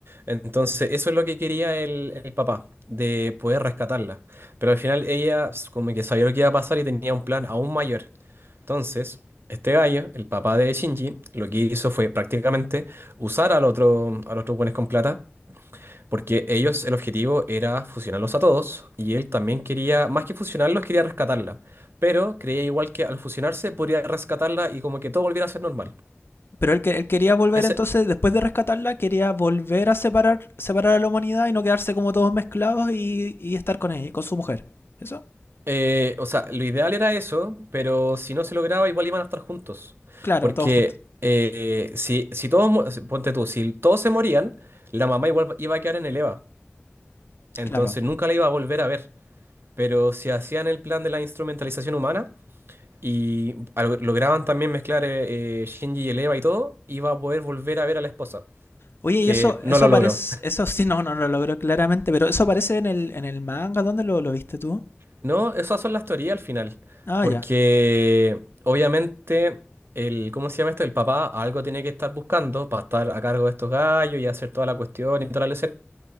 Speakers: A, on the right (about 60°); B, on the left (about 60°).
A: Entonces, eso es lo que quería el, el papá, de poder rescatarla. Pero al final ella s- como que sabía lo que iba a pasar y tenía un plan aún mayor. Entonces, este gallo, el papá de Shinji, lo que hizo fue prácticamente usar al otro, a los otros buenos con plata, porque ellos, el objetivo era fusionarlos a todos, y él también quería, más que fusionarlos, quería rescatarla pero creía igual que al fusionarse podría rescatarla y como que todo volviera a ser normal.
B: Pero él, que- él quería volver
A: Ese,
B: entonces, después de rescatarla, quería volver a separar, separar a la humanidad y no quedarse como todos mezclados y, y estar con ella, con su mujer. ¿Eso?
A: eh, o sea, lo ideal era eso, pero si no se lograba, igual iban a estar juntos.
B: Claro,
A: Porque
B: todos juntos.
A: eh, si, si todos, mu- si, ponte tú, si todos se morían, la mamá igual iba a quedar en el EVA. Entonces
B: Claro.
A: nunca la iba a volver a ver. Pero si hacían el plan de la instrumentalización humana y al- lograban también mezclar eh, eh, Shinji y el EVA y todo, iba a poder volver a ver a la esposa,
B: Oye, y
A: que
B: eso,
A: no
B: eso
A: lo
B: aparece,
A: logró.
B: eso sí, no, no lo logró claramente, pero eso aparece en el, en el manga, ¿dónde lo, lo viste tú?
A: No, esas son las teorías al final,
B: Ah,
A: porque
B: ya.
A: obviamente el, ¿cómo se llama esto? El papá algo tiene que estar buscando para estar a cargo de estos gallos y hacer toda la cuestión y toda la lecera,